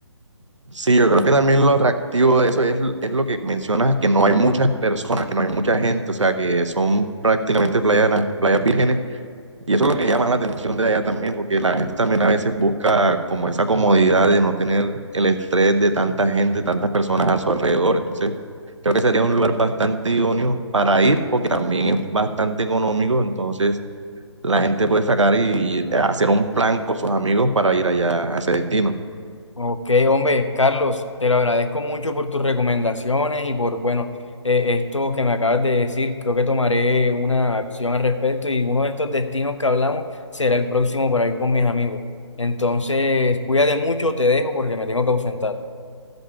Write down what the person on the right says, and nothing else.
Sí, yo creo que también lo atractivo de eso es, es lo que mencionas, que no hay muchas personas, que no hay mucha gente, o sea, que son prácticamente playas, na- playas vírgenes, y eso es lo que llama la atención de allá también, porque la gente también a veces busca como esa comodidad de no tener el estrés de tanta gente, tantas personas a su alrededor, entonces creo que sería un lugar bastante idóneo para ir, porque también es bastante económico, entonces la gente puede sacar y, hacer un plan con sus amigos para ir allá a ese destino.